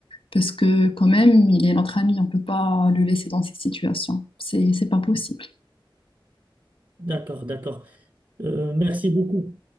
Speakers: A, on the left (about 85°); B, on the right (about 55°).
A: Parce que quand même, il est notre ami, on peut pas le laisser dans cette situation. C'est, c'est pas possible.
B: D'accord, d'accord. Euh, merci beaucoup.